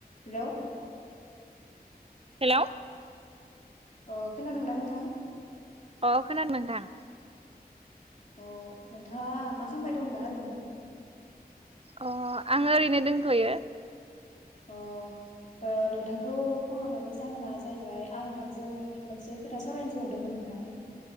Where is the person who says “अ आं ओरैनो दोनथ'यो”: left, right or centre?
Right